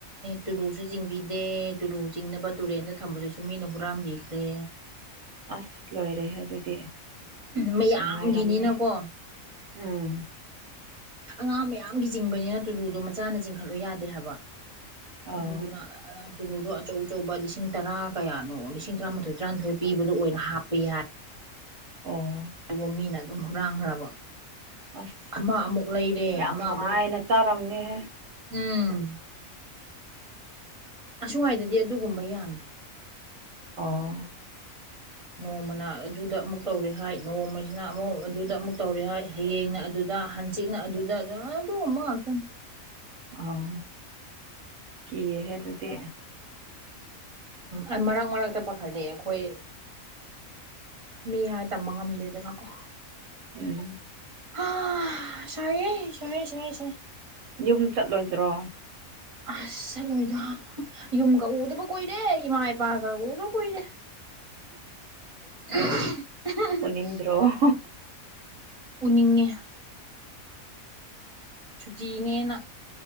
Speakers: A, on the right; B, on the right.
A: ꯇꯨꯂꯨꯁꯨ ꯆꯤꯡꯕꯤꯗꯦ ꯇꯨꯂꯨ ꯆꯤꯡꯅꯕ ꯇꯨꯔꯦꯟꯗ ꯊꯝꯕꯗꯨꯁꯨ ꯃꯤꯅ ꯍꯨꯔꯥꯟꯕꯤꯈ꯭ꯔꯦ
B: ꯑꯁ ꯂꯣꯏꯔꯦꯍ‌ꯦ ꯑꯗꯨꯗꯤ
A: ꯃꯌꯥꯝꯒꯤꯅꯤꯅꯀꯣ
B: ꯅꯨꯡꯉꯥꯏꯔꯝꯅꯤ ꯎꯝ
A: ꯑꯉꯥꯡ ꯃꯌꯥꯝꯒꯤ ꯆꯤꯡꯕꯅꯤꯅ ꯇꯨꯂꯨꯗꯣ ꯃꯆꯥꯅ ꯆꯤꯡꯈꯠꯂꯨ ꯌꯥꯗꯦ ꯍꯥꯏꯕ
B: ꯑꯥꯎ
A: ꯑꯗꯨꯗꯨꯅ ꯑ ꯆꯨꯅꯨꯗꯣ ꯑꯆꯧ ꯑꯆꯧꯕ ꯂꯤꯁꯤꯡ ꯇꯔꯥ ꯀꯌꯥꯅꯣ ꯂꯤꯁꯤꯡ ꯇꯔꯥꯃꯥꯊꯣꯏ ꯇꯔꯥꯅꯤꯊꯣꯏ ꯄꯤꯕꯗꯣ ꯑꯣꯏꯅ ꯍꯥꯞꯄꯦ ꯍꯥꯏ
B: ꯑꯣ
A: ꯑꯗꯨꯕꯨ ꯃꯤꯅ ꯑꯗꯨꯝ ꯍꯨꯔꯥꯟꯈ꯭ꯔꯕ
B: ꯑꯁ
A: ꯑꯃ ꯑꯃꯨꯛ ꯂꯩꯔꯦ
B: ꯌꯥꯝ
A: ꯑꯃ
B: ꯅꯨꯡꯉꯥꯏꯅ
A: ꯑꯃꯨꯛ
B: ꯆꯥꯔꯝꯅꯤꯍꯦ
A: ꯎꯝ ꯑꯁ꯭ꯋꯥꯏꯗꯗꯤ ꯑꯗꯨꯒꯨꯝꯕ ꯌꯥꯝꯃꯦ
B: ꯑꯣ
A: ꯅꯣꯡꯃꯅ ꯑꯗꯨꯗ ꯑꯃꯨꯛ ꯇꯧꯔꯦ ꯍꯥꯏ ꯅꯣꯡꯃꯁꯤꯅ ꯑꯃꯨꯛ ꯑꯗꯨꯗ ꯑꯃꯨꯛ ꯇꯧꯔꯦ ꯍꯥꯏ ꯍꯌꯦꯡꯅ ꯑꯗꯨꯗ ꯍꯥꯟꯆꯤꯛꯅ ꯑꯗꯨꯗ ꯑꯗꯨ ꯑꯗꯨ ꯑꯃ ꯉꯥꯛꯇꯅꯤ
B: ꯑꯥꯎ ꯀꯤꯌꯦ ꯍꯦ ꯑꯗꯨꯗꯤ
A: ꯎꯝ ꯃꯔꯛ ꯃꯔꯛꯇ ꯄꯥꯈꯠꯂꯦ ꯑꯩꯈꯣꯏ ꯃꯤ ꯍꯥꯏ ꯇꯝꯕ ꯉꯝꯗꯦꯗꯅꯀꯣ
B: ꯎꯝ
A: <unintelligible> ꯁꯥꯏꯌꯦ ꯁꯥꯏ ꯁꯥꯏ ꯁꯥꯏ
B: ꯌꯨꯝ ꯆꯠꯂꯣꯏꯗ꯭ꯔꯣ
A: ꯑꯁ ꯆꯠꯂꯣꯏꯗ ꯌꯨꯝꯒ ꯎꯗꯕ ꯀꯨꯏꯔꯦ ꯏꯃꯥ ꯏꯄꯥꯒ ꯎꯗꯕ ꯀꯨꯏꯔꯦ <unintelligible>
B: ꯅꯤꯡꯗ꯭ꯔꯣ
A: ꯎꯅꯤꯡꯉꯦ ꯁꯨꯇꯤꯅꯦꯅ